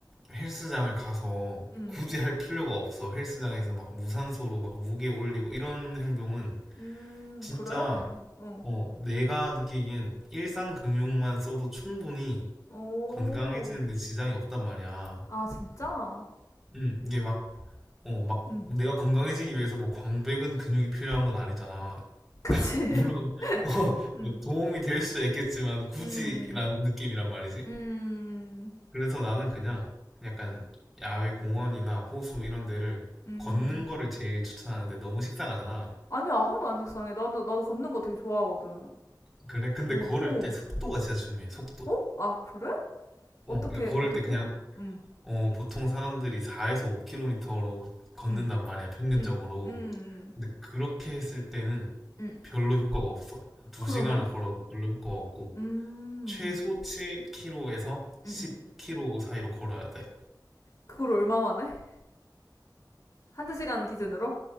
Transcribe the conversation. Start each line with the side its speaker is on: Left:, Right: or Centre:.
Centre: 헬스장을 가서
Left: 음,
Centre: 굳이 할 필요가 없어. 헬스장에서 막 무산소로 막 무게 올리고 이런 행동은
Left: 음,
Centre: 진짜
Left: 그래. 어,
Centre: 어, 내가 느끼기엔 일상 근육만 써도 충분히
Left: 오,
Centre: 건강해지는데 지장이 없단 말이야.
Left: 아, 진짜?
Centre: 음, 이게 막, 어, 막
Left: 음,
Centre: 내가 건강해지기 위해서 뭐 광배근 근육이 필요한 건 아니잖아.
Left: 그치.
Centre: 물론, <laughs> 어,
Left: <laughs> 음,
Centre: 뭐 도움이 될 수 있겠지만 굳이라는
Left: 음,
Centre: 느낌이란 말이지.
Left: 음,
Centre: 그래서 나는 그냥 약간 야외 공원이나 호수 이런 데를
Left: 음.
Centre: 걷는 거를 제일 추천하는데 너무 식상하잖아.
Left: 아니야, 하나도 안 식상해. 나도, 나도 걷는 거 되게 좋아하거든.
Centre: 그래, 근데
Left: 어,
Centre: 걸을
Left: 어,
Centre: 때 속도가 진짜 중요해, 속도.
Left: 어? 아, 그래? 어떻게,
Centre: 어, 그러니까 걸을
Left: 어떻게?
Centre: 때 그냥,
Left: 음,
Centre: 어, 보통 사람들이 4에서 5km로 걷는단
Left: 음,
Centre: 말이야, 평균적으로.
Left: 음, 음,
Centre: 근데 그렇게 했을 때는
Left: 음, 음.
Centre: 별로 효과가 없어. 한 2시간을
Left: 그러면?
Centre: 걸어도 별로 효과가 없고,
Left: 음,
Centre: 최소
Left: 음.
Centre: 7km에서 10km
Left: 응응
Centre: 사이로 걸어야 돼.
Left: 그걸 얼마 만에? 한두 시간 기준으로?